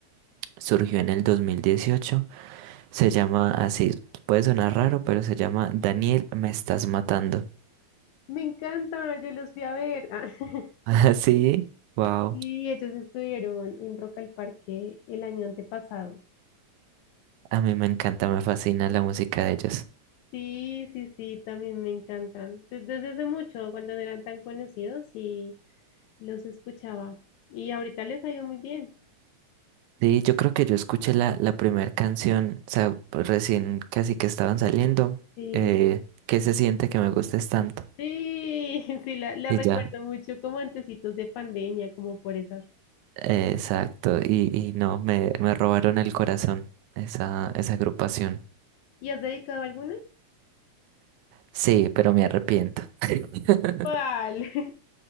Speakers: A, on the right; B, on the left.
A: surgió en el 2018. Se llama así, puede sonar raro, pero se llama Daniel, me estás matando.
B: Me encanta, yo los fui a ver. <laughs>
A: <laughs> Así, wow.
B: Ah, y ellos estuvieron en Rock al Parque el año antepasado.
A: A mí me encanta, me fascina la música de ellos.
B: Sí, sí, sí, también me encantan. Desde, desde hace mucho, cuando no eran tan conocidos, sí los escuchaba. Y ahorita les ha ido muy bien.
A: Sí, yo creo que yo escuché la, la primera canción, o sea, pues recién casi que estaban saliendo,
B: Sí,
A: eh, ¿qué se siente que me gustes tanto?
B: sí, <laughs> sí, la, la
A: Y
B: recuerdo
A: ya,
B: mucho como antecitos de pandemia, como por esas.
A: eh, exacto, y, y no, me, me robaron el corazón esa, esa agrupación.
B: ¿Y has dedicado alguna?
A: Sí, pero me arrepiento. <laughs>
B: ¿Cuál?